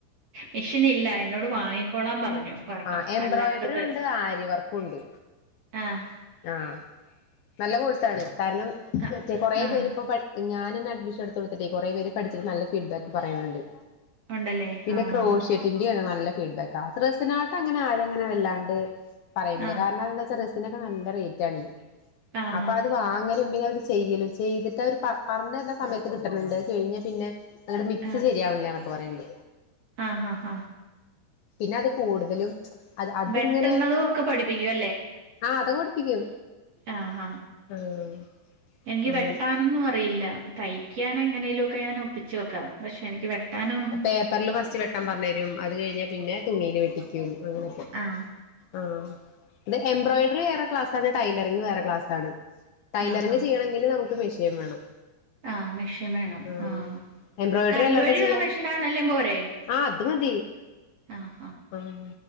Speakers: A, on the right; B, on the left.
A: മെഷീൻ ഇല്ല എന്നോട് വാങ്ങിക്കോളാൻ പറഞ്ഞു. ഒരെണ്ണം
B: ആ എംബ്രോയിഡറി
A: അല്ലാത്തത്
B: ഉണ്ട് ആര്യവർക്കും ഉണ്ട്.
A: ആഹ്
B: ആഹ് നല്ല കോഴ്സാണ് കാരണം
A: ക
B: മറ്റേ കൊറേ
A: ആഹ്
B: പേരിപ്പോ പഠി ഞാനന്നെ അഡ്മിഷൻ എടുത്തടുട്ടേ കൊറെ പേര് പഠിച്ച്ട്ട് നല്ല ഫീഡ് ബാക്ക് പറയ്ണ് ണ്ട്
A: ഉണ്ടല്ലേ
B: പിന്നെ
A: ആഹ്
B: ക്രോഷ്യറ്റിന്റെ നല്ല ഫീഡ്ബാക്ക് ആ റസിനാട്ട അങ്ങനെ ആരുങ്ങനെ വല്ലാണ്ട് പറയലില്ലേ.
A: ആഹ്
B: കാരണംന്താ വച്ചാ റിസിനൊക്കെ നല്ല റേറ്റ് ആണെ
A: ആഹ്
B: അപ്പൊ
A: ആഹ്
B: അത് വാങ്ങലും പിന്നെ ചെയ്യല് ചെയ്തിട്ട് അവര് പ പർഞ്ഞര്ന്ന സമയത്ത് കിട്ട്ണ് ണ്ട് കഴിഞ്ഞ പിന്നെ. അങ്ട്ട് മിക്സ്
A: ആഹ്
B: ശരിയാവ്ണില്ലാന്നൊക്കെ പറയ്ണ്ട്
A: ആഹ് ഹ ഹ
B: പിന്നെ അത് കൂടുതലും അത് അത്ങ്ങനെ
A: വെട്ടുന്നതും ഒക്കെ പഠിപ്പിക്കും
B: ആഹ് അത് കൊട്ത്തീനു
A: ആഹ്ഹാ
B: ആഹ്
A: എനിക്ക്
B: അങ്ങനെ
A: വെട്ടാനൊന്നും അറിയില്ല. തയ്ക്കാനൻ എങ്ങനേലും ഒക്കെ ഞാൻ ഒപ്പിച്ച് വെക്കാം പക്ഷെ എനിക്ക് വെട്ടാൻ
B: പേപ്പറിൽ ഫസ്റ്റ് വെട്ടാൻ പർഞ്ഞരും. അത് കഴിഞ്ഞാ പിന്നെ തുണിയില് വെട്ടിക്കും അങ്ങനെയൊക്കെ.
A: ആഹ്
B: ആഹ് എംബ്രോയ്ഡറി വേറെ ക്ലാസ് <unintelligible> ടൈലറിങ് വേറെ ക്ലാസ് ആണ്. ടൈലറിംങ്
A: ആഹ്
B: ചെയ്യണമെങ്കിൽ നമുക്ക് മെഷീൻ വേണം.
A: ആ മെഷീൻ വേണം.
B: ആഹ്
A: ആ
B: എംബ്രോയിഡറി
A: കറണ്ട്
B: അല്ലാണ്ട്
A: വഴിയുള്ള
B: ചെയ്യാ
A: മെഷീനാണല്ലെം പോരെ
B: ആഹ് അത് മതി
A: ആഹ്
B: ആഹ്